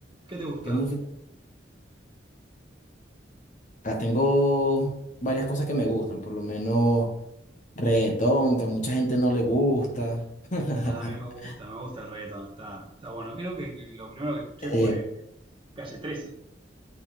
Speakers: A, on the right; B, on the left.
A: ¿Qué te gusta?
B: ¿Qué música? Acá tengo varias cosas que me gustan, por lo menos reggaetón, que a mucha gente no le gusta. <laughs>
A: Ah, a mí me gusta, me gusta el reggaetón, está, está bueno. Creo que lo primero que escuché
B: Eh,
A: fue Calle 13